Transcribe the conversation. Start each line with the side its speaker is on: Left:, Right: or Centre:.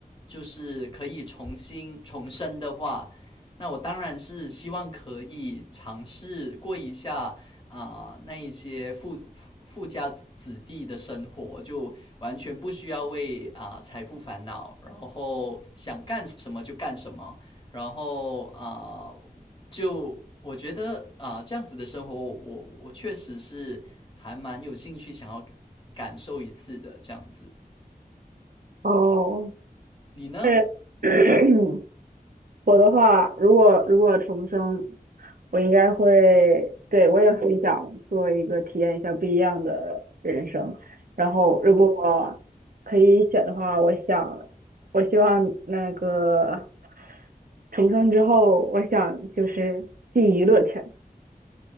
Left: 就是可以重新重生的话，那我当然是希望可以尝试过一下啊、呃那一些富富家子弟的生活，就完全不需要为啊、呃财富烦恼，然后想干什么就干什么，然后啊、呃就我觉得啊、呃这样子的生活我，我我确实是还蛮有兴趣想要感受一次的这样子。
Right: 哦，
Left: 你呢？
Right: 对，<coughs> <clears throat> 我的话，如果如果重生，我应该会，对，我也很想做一个体验一下不一样的人生。然后，如果可以选的话，我想，我希望那个重生之后，我想就是进娱乐圈，